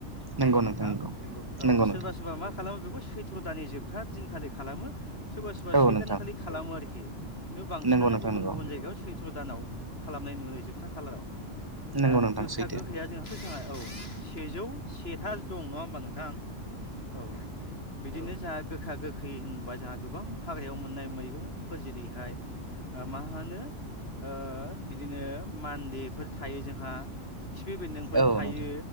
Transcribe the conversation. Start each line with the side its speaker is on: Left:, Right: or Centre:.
Left: नङा
Right: नंगौ
Left: होमबा नोंथां?
Right: नंगौ
Left: औ
Right: नंगौ
Left: सोरबा
Right: नोंथां
Left: सोरबा मा खालामो बेखौ सैथ्र' दाननि जोबथा दिनखालि खालामो। सोरबा सोरबा
Right: औ
Left: से
Right: नोंथां
Left: दानखालि खालामो आरोखि। खिन्थु बांसिनानो
Right: नंगौ नोंथां
Left: गुबुन
Right: नंगौ
Left: गुबुन जायगायाव सैथ्र' दानाव खालामनाय नुनाय जोबथा खालाराव।
Right: नंगौ
Left: दा
Right: नोंथां
Left: गोखा
Right: सैथो
Left: गोखैया जोंहाथ' जोंहा औ सेजौ सेथा दं। नङा होमबा नोंथां? औ बिदिनो जोंहा गो गखा गोखै होनोबा जोंहा गोबां हाग्रायाव मोननाय मैगंफोर जेरैहाय ओ मा होनो ओ बिदिनो मान्डेफोर थायो जोंहा खिफि बेन्दोंफोर
Right: औ
Left: थायो
Right: नोंथां